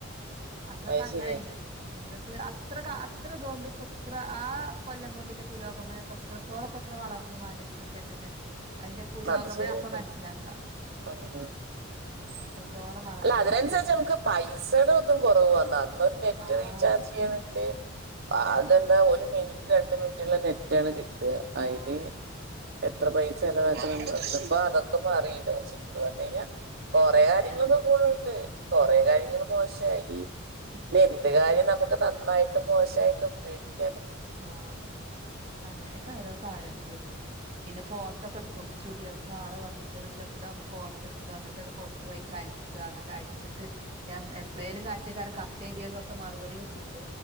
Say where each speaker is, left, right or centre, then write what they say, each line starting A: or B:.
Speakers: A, on the right; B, on the right.
A: അന്നൊക്കെ
B: അത്
A: അങ്ങനെ
B: ശരിയാ
A: ആയിരുന്നല്ലോ എന്നിട്ട് അത്ര കാ എത്രതൊണ്ട് ഇപ ആ കൊല്ലം കൊണ്ടില പുരോഗമനം എത്രത്തോളം പത്ര വളർന്നുന്ന് ആലോചിച്ച് നോക്കിയാൽ തന്നെ അതിന്റെ പുരോഗമനം
B: അത് ശരിയാണ്
A: അപ്പൊ മനസ്സിലാക്കാം
B: ആ
A: ഇത്രത്തോളം വളർന്നുന്നുള്ളത്
B: അല്ല അതിനനുസരിച്ച് നമുക്ക് പൈസയുടെ കുറവ് വന്ന അന്നരു നെറ്റ്
A: ആഹ്
B: റീചാർജ് ചെയ്യണെങ്കിൽ അതെന്താ ഒരു മിനിറ്റ് രണ്ട് മിനിറ്റുള്ള നെറ്റാണ് കിട്ടുക അതിന്
A: ആ ആ, അതന്നെ
B: എത്ര പൈസ ചിലവാക്കണ്ട് ഇപ്പ അതൊക്കെ മാറിയില്ലോ എന്ന്
A: ഉം
B: പറഞ്ഞ് കഴിഞ്ഞാൽ കൊറെ
A: പിന്നെ
B: കാര്യങ്ങളൊക്ക കൂടൊണ്ട് കൊറെ കാര്യങ്ങളൊക്കെ മോശായി
A: ഉം
B: എന്ത് കാര്യം നമുക്ക് നന്നായിട്ടും മോശമായിട്ടും ഉപയോഗിക്കാലോ
A: ആ അതന്നെ അങ്ങനെയൊക്കെ ഓരോ കാലങ്ങള് പിന്നെ ഫോട്ടോക്കെ എടുക്കും സ്റ്റുഡിയോ നിന്ന് ആള് വന്നിട്ട് ചെറുതാവുമ്പോ ഫോട്ടോ എടുക്ക എന്നിട്ട് അത് പോസ്റ്റ്‌ വഴി അയക്ക എന്നിട്ട് അയച്ചിട്ട് എപ്പളേലും കത്തിരിക്ക കത്തെഴുതിയതുമൊക്കെ മറുപടി കിട്ടണ്ട്